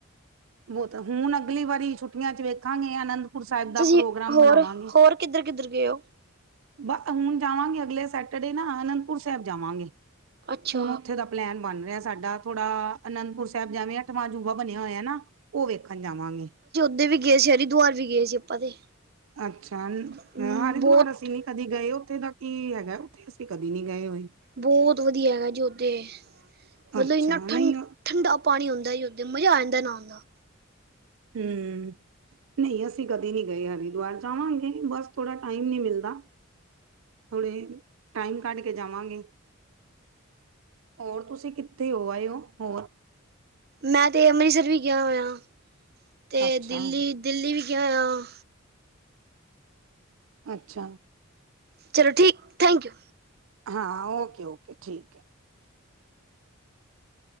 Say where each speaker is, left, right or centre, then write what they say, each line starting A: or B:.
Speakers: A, on the right; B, on the right.
A: ਬਹੁਤ ਹੁਣ ਅਗਲੀ ਵਾਰੀ ਛੁੱਟੀਆਂ ਚ ਵੇਖਾਂਗੇ ਅਨੰਦਪੁਰ ਸਾਹਿਬ ਦਾ
B: ਤੁਸੀਂ
A: ਪ੍ਰੋਗਰਾਮ
B: ਹੋਰ
A: ਬਣਾਵਾਂਗੇ।
B: ਹੋਰ ਕਿੱਧਰ ਗਏ ਹੋ?
A: ਬ ਹੁਣ ਜਾਵਾਂਗੇ ਅਗਲੇ ਸੈਟਰਡੇ ਨਾ ਅਨੰਦਪੁਰ ਸਾਹਿਬ ਜਾਵਾਂਗੇ
B: ਅੱਛਾ
A: ਹੁਣ ਉੱਥੇ ਦਾ ਪਲੈਨ ਬਣ ਰਿਹਾ ਸਾਡਾ ਥੋੜਾ ਅਨੰਦਪੁਰ ਸਾਹਿਬ ਜਾਂਦੇ ਅੱਠਵਾਂ ਅਜੂਬਾ ਬਣਿਆ ਹੋਇਆ ਨਾ। ਉਹ ਵੇਖਣ ਜਾਵਾਂਗੇ।
B: ਉਦੇ ਵੀ ਗਏ ਸੀ ਹਰਿਦੁਆਰ ਵੀ ਗਏ ਸੀ ਆਪਾਂ ਤੇ।
A: ਅੱਛਾ ਹਰਿਦੁਆਰ
B: ਹੂੰ, ਬਹੁਤ
A: ਅਸੀਂ ਨੀ ਕਦੇ ਗਏ ਉੱਥੇ ਤੱਕ ਕੀ ਹੈਗਾ ਉੱਥੇ ਅਸੀਂ ਕਦੇ ਨਹੀ ਗਏ ਹੋਏ।
B: ਬਹੁਤ ਵਧੀਆ ਹੈਗਾ ਜੀ ਓਦੇ ਮਤਲਬ
A: ਅੱਛਾ
B: ਇੰਨਾ ਠੰਡ
A: ਨਹੀਂ
B: ਠੰਡਾ ਪਾਣੀ ਹੁੰਦਾ ਜੀ ਓਥੇ। ਮਜ਼ਾ ਆ ਜਾਂਦਾ ਨਹਾਣ ਦਾ।
A: ਹੂੰ, ਨਹੀਂ ਅਸੀਂ ਕਦੇ ਨਹੀਂ ਗਏ ਹਰਿਦੁਆਰ ਜਾਵਾਂਗੇ ਬਸ ਥੋੜ੍ਹਾ ਟਾਈਮ ਨਹੀਂ ਮਿਲਦਾ। ਕੋਈ ਨੀ ਟਾਈਮ ਕੱਢ ਕੇ ਜਾਵਾਂਗੇ। ਹੋਰ ਤੁਸੀਂ ਕਿੱਥੇ ਹੋ ਆਏ ਹੋ ਹੋਰ।
B: ਮੈਂ ਤੇ ਅੰਮ੍ਰਿਤਸਰ ਵੀ ਗਿਆ ਹੋਇਆ ਤੇ
A: ਅੱਛਾ
B: ਦਿੱਲੀ ਦਿੱਲੀ ਵੀ ਗਿਆ ਹੋਇਆ।
A: ਅੱਛਾ,
B: ਚਲੋ ਠੀਕ ਥੈਂਕ ਯੂ।
A: ਹਾਂ ਓਕੇ ਓਕੇ ਠੀਕ ਐ।